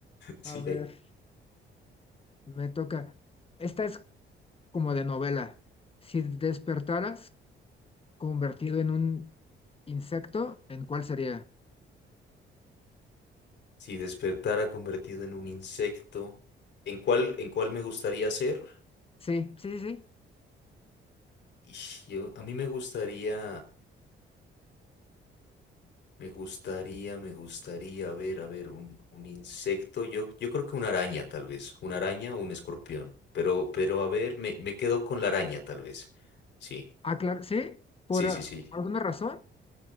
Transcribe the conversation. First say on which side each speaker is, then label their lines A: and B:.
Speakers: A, on the left; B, on the left.
A: Sí,
B: A ver,
A: ahí.
B: me toca. Esta es como de novela. Si despertaras convertido en un insecto, ¿en cuál sería?
A: Si despertara convertido en un insecto, ¿en cuál, en cuál me gustaría ser?
B: Sí, sí, sí, sí.
A: Ish, yo- a mí me gustaría, me gustaría, me gustaría, a ver, a ver, un, un insecto, yo, yo creo que una araña tal vez, una araña o un escorpión, pero, pero a ver, me, me quedo con la araña tal vez, sí.
B: Ah, claro, sí, por
A: Sí,
B: ah,
A: sí, sí.
B: alguna razón.